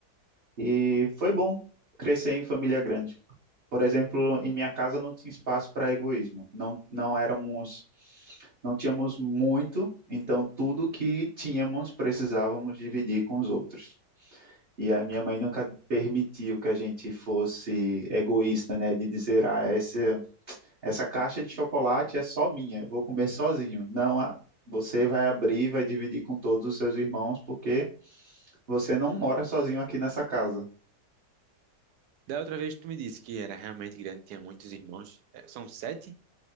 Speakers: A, on the right; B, on the right.
A: E foi bom crescer em família grande. Por exemplo, em minha casa não tinha espaço para egoísmo. Não, não éramos, não tínhamos muito, então tudo que tínhamos precisávamos dividir com os outros. E a minha mãe nunca permitiu que a gente fosse egoísta, né? De dizer, ah, essa, essa caixa de chocolate é só minha, eu vou comer sozinho. Não, você vai abrir, vai dividir com todos os seus irmãos, porque você não mora sozinho aqui nessa casa.
B: Da outra vez tu me disse que era realmente grande, tinha muitos irmãos. É, São sete?